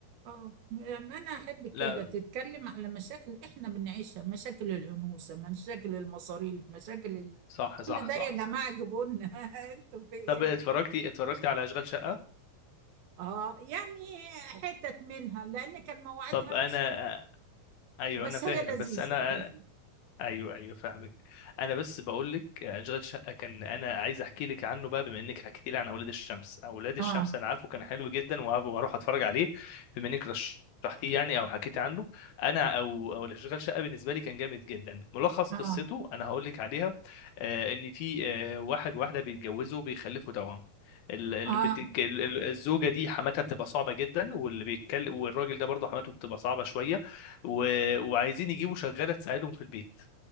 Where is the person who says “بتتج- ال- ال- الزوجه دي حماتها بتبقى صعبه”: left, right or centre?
Left